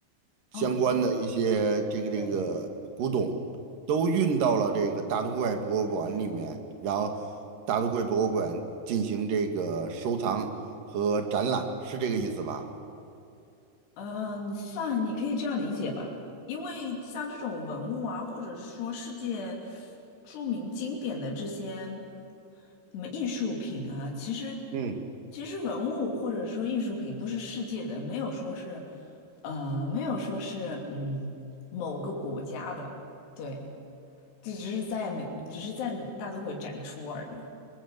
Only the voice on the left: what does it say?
嗯，
对，
嗯，算你可以这样理解吧，因为像这种文物啊，或者是说世界著名经典的这些什么艺术品啊，其实
其实文物或者说艺术品都是世界的，没有说是呃，没有说是嗯某个国家的，对，这只是在美，只是在大都会展出而已。